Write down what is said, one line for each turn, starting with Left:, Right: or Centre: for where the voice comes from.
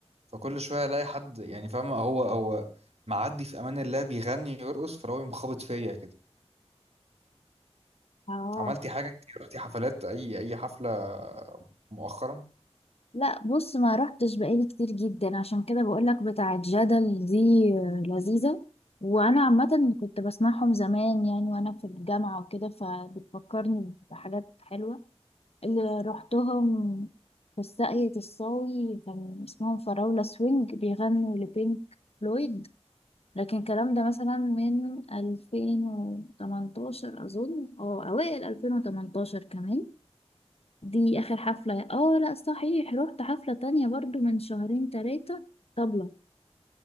Right: فكل شويه الاقي حد يعني فاهم هو هو معدي في امان الله بيغني يرقص فلو يقوم خابط فيا كده
Left: اه
Right: عملتي حاجه انت رحتي حفلات اي اي حفله مؤخرا
Left: لا بص ما رحتش بقالي كتير جدا عشان كده بقولك بتاعة جدل دي آه، لذيذة وانا عامة كنت بسمعهم زمان يعني وانا في الجامعة وكده فبتفكرني بحاجات حلوة اللي رحتهم في الساقية الصاوي كان اسمهم فراولة سوينج بيغنوا لبينك فلويد لكن الكلام ده مثلا من 2018 أظن أو أوائل 2018 كمان دي اخر حفلة اه لا صحيح رحت حفلة تانية برضو من شهرين تلاتة طبلة